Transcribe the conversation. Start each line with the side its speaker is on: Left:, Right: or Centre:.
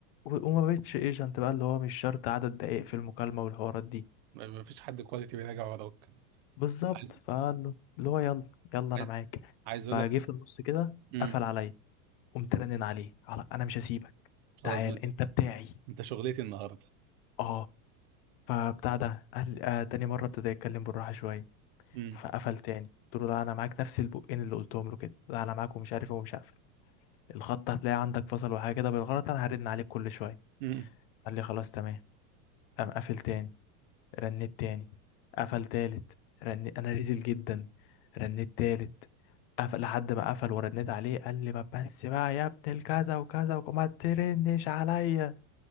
Left: و- وما بقتش ايجنت بقى اللي هو مش شرط عدد دقائق في المكالمة والحوارات دي
Right: ما- مفيش حد كواليتي بيراجع وراك
Left: بالظبط
Right: عايز
Left: فقال له اللي هو يلا يلا انا
Right: عايز
Left: معاك
Right: عايز اقول
Left: فجه
Right: لك
Left: في النص كده
Right: امم
Left: قفل عليا قمت رنن عليه على انا مش هسيبك
Right: خلاص
Left: تعال
Right: ما انت
Left: انت بتاعي
Right: انت شغلتي النهارده
Left: اه فبتاع ده قال آه تاني مرة ابتدى يتكلم بالراحة شوية
Right: امم
Left: فقفل تاني قلت له لا انا معاك نفس البقين اللي قلتهم له كده لا انا معاك ومش عارف إيه ومش هقفل الخط هتلاقي عندك فصل وحاجة كده بالغلط انا هرن عليك كل شوية
Right: امم
Left: قال لي خلاص تمام قام قافل تاني رنيت تاني قفل تالت رنيت انا رزل جدا رنيت تالت قفل لحد ما قفل ورنيت عليه قال لي ما بس بقى يا ابن الكذا وكذا وما ترنش عليا